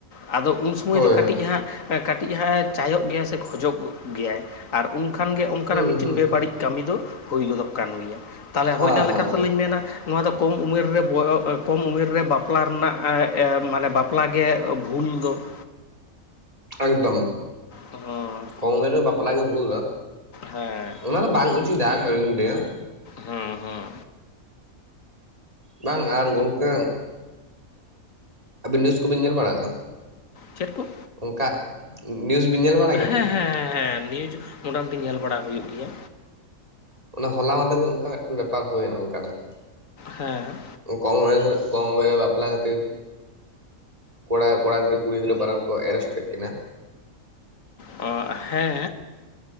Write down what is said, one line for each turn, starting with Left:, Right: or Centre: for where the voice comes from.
Left: ᱟᱫᱚ ᱩᱱ ᱥᱚᱢᱚᱭ
Right: ᱦᱳᱭ
Left: ᱫᱚ ᱠᱟᱹᱴᱤᱡ
Right: ᱦᱳᱭ
Left: ᱦᱟᱸᱜ ᱠᱟᱹᱴᱤᱡ ᱦᱟᱸᱜ ᱮ ᱪᱟᱭᱚᱜ ᱜᱮᱭᱟ ᱥᱮ ᱠᱷᱚᱡᱚᱜ ᱜᱮᱭᱟᱭ ᱟᱨ ᱩᱱ ᱠᱷᱟᱱᱜᱮ ᱚᱱᱠᱟᱱᱟᱜ
Right: ᱦᱩᱸ
Left: ᱢᱤᱫᱴᱤᱱ
Right: ᱦᱩᱸ
Left: ᱵᱮᱵᱟᱹᱲᱤᱡ
Right: ᱦᱩᱸ
Left: ᱠᱟᱹᱢᱤ ᱫᱚ ᱦᱳᱭ ᱜᱚᱫᱚᱜ ᱠᱟᱱ ᱜᱮᱭᱟ ᱛᱟᱦᱚᱞᱮ
Right: ᱦᱮᱸ
Left: ᱦᱳᱭ ᱚᱱᱟ ᱞᱮᱠᱟ
Right: ᱦᱮᱸ
Left: ᱛᱮᱞᱤᱧ ᱢᱮᱱᱟ ᱱᱚᱣᱟ ᱫᱚ ᱠᱚᱢ ᱩᱢᱮᱨ ᱨᱮ ᱵᱚᱭᱚ ᱠᱚᱢ ᱩᱢᱮᱨ ᱨᱮ ᱵᱟᱯᱞᱟ ᱨᱮᱱᱟᱜ ᱢᱟᱱᱮ ᱵᱟᱯᱞᱟᱜᱮ ᱵᱷᱩᱞ ᱫᱚ ᱾
Right: ᱮᱠᱫᱚᱢ,
Left: ᱦᱚᱸ
Right: ᱠᱚᱢ ᱩᱢᱮᱨ ᱨᱮ ᱵᱟᱯᱞᱟ ᱜᱮ ᱵᱷᱩᱞ ᱫᱚ
Left: ᱦᱮᱸ
Right: ᱚᱱᱟ ᱫᱚ ᱵᱟᱝ ᱩᱪᱤᱛᱟ ᱟᱹᱞᱤᱧ ᱞᱮᱭᱟ ᱾
Left: ᱦᱚᱸ ᱦᱚᱸ
Right: ᱵᱟᱝ ᱟᱨ ᱜᱚᱝᱠᱮ ᱟᱹᱵᱤᱱ ᱱᱤᱣᱩᱡ ᱠᱚᱵᱤᱱ ᱧᱮᱞ ᱵᱟᱲᱟ ᱠᱟᱜ-ᱟ?
Left: ᱪᱮᱫ ᱠᱚ?
Right: ᱚᱱᱠᱟ ᱱᱤᱭᱩᱡ ᱵᱤᱱ ᱧᱮᱞ ᱵᱟ
Left: ᱦᱮᱸ ᱦᱮᱸ ᱦᱮᱸ ᱦᱮᱸ ᱱᱤᱭᱩᱡ ᱢᱚᱴᱟ ᱢᱩᱴᱤ ᱧᱮᱞ ᱵᱟᱲᱟ ᱦᱩᱭᱩᱜ ᱜᱮᱭᱟ᱾
Right: ᱚᱱᱟ ᱦᱚᱞᱟ ᱢᱟᱸᱫᱮᱨ ᱜᱮ ᱚᱱᱠᱟ ᱢᱤᱫᱴᱮᱱ ᱵᱮᱯᱟᱨ ᱦᱩᱭᱱᱟ ᱚᱱᱠᱟᱱᱟᱜ ᱾
Left: ᱦᱮᱸ,
Right: ᱠᱚᱢ ᱵᱚᱭᱚᱥ ᱨᱮ ᱠᱚᱢ ᱵᱚᱭᱚᱨᱮ ᱵᱟᱯᱞᱟ ᱠᱟᱛᱮᱫ ᱠᱚᱲᱟ ᱠᱚᱲᱟ ᱜᱤᱫᱽᱟᱹ ᱠᱩᱤ ᱜᱤᱫᱽᱨ ᱵᱟᱱᱟᱨ ᱠᱚ ᱮᱨᱮᱥᱴ ᱠᱮᱫ ᱠᱤᱱᱟ ᱾
Left: ᱚ ᱦᱮ